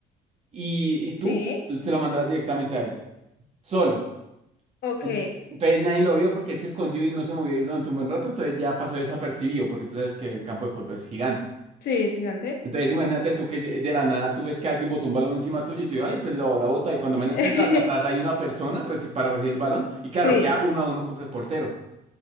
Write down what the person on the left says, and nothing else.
sí.
Ok.
Sí, gigante.
<laughs>
Sí,